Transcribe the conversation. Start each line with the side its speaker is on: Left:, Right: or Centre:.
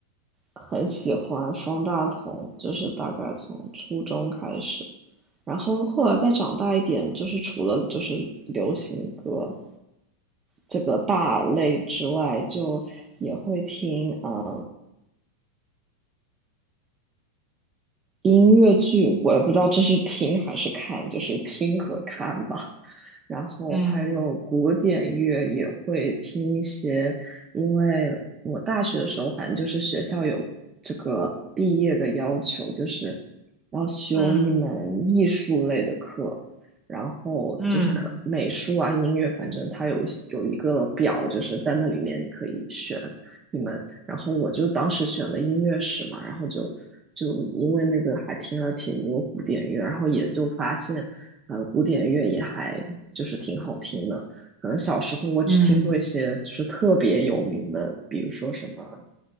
Right: 很喜欢方大同，就是大概从初中开始。然后后来再长大一点，就是除了就是流行歌这个大类之外，就也会听啊音乐剧。我也不知道这是听还是看，就是听和看吧。然后还有古典乐也会听一些，
Centre: 嗯
Right: 因为我大学的时候，反正就是学校有这个毕业的要求，就是要修一门艺术类的课，
Centre: 嗯
Right: 然后就是可美术啊、
Centre: 嗯
Right: 音乐，反正它有有一个表，就是在那里面你可以选。一门。然后我就当时选了音乐史嘛，然后就就因为那个还听了挺多古典乐，然后也就发现，呃，古典乐也还就是挺好听的。可能小时候我只听过一些就是特别有名的，
Centre: 嗯，
Right: 比如说什么，